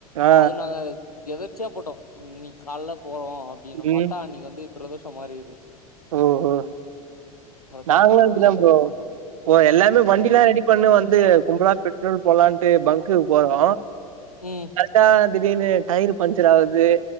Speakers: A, on the right (about 65°); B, on the left (about 80°).
A: ஆ ஆ.
B: அது நாங்க எதர்ச்சியா போட்டோ ம் இன்னிக் கால்ல போறோ அப்டின்னு
A: ம்
B: பாத்தா அன்னிக்கி வந்து பிரதோஷம் மாரி இருந்திச்சு
A: ஓஹோ
B: கரெக்டா
A: நாங்களு
B: அன்னைக்கு
A: அப்டிதா
B: போய்
A: ப்ரோ
B: பாத்தோம்
A: போ எல்லார்மே வண்டில்லா
B: ம்
A: ரெடி பொண்ணு வந்து கும்பலா பெட்ரோல் போட்லான்ட்டு பங்க்குகு போறோ
B: ம்
A: பாத்தா திடீர்னு டயிரு பஞ்சர் ஆகுது